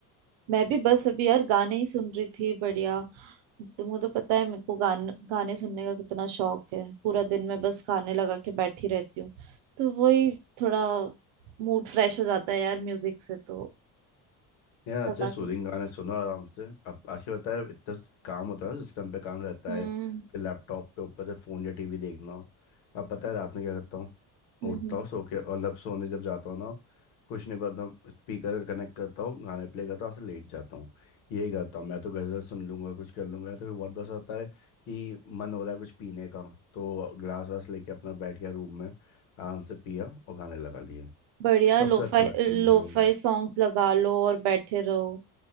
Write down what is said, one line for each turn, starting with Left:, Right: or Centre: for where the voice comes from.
Right: मैं भी बस अभी यार गाने ही सुन रही थी बढ़िया तुमको तो पता है मेरे को गाने गाने सुनने का कितना शौक है पूरा दिन मैं बस गाने लगा के बैठी रहती हूँ तो वही थोड़ा मूड फ्रेश हो जाता है यार म्यूजिक से तो
Left: यार
Right: लगा
Left: अच्छे सूदिंग
Right: के
Left: गाने सुनो आराम से अब आज के पता है इतना काम होता है ना सिस्टम पे काम रहता
Right: हम्म
Left: है फिर लैपटॉप पे ऊपर से फ़ोन या टीवी देखना हो अब पता है रात में क्या करता हूँ
Right: हम्म
Left: उठता हूँ सो के और लब सोने जब जाता हूँ ना कुछ नहीं पर अपना स्पीकर कनेक्ट करता हूँ गाने प्ले करता हूँ से लेट जाता हूँ यही करता हूँ मैं तो गज़ल सुन लूँगा कुछ कर लूँगा तो फिर बहुत बस होता है कि मन हो रहा है कुछ पीने का तो ग्लास वास लेके अपना बैठ गया रूम में आराम से पिया और गाने लगा लिए
Right: बढ़िया
Left: सबसे
Right: लोफाई
Left: अच्छा लगता है मुझे
Right: लोफाई
Left: वो
Right: सॉन्ग्स लगा लो और बैठे रहो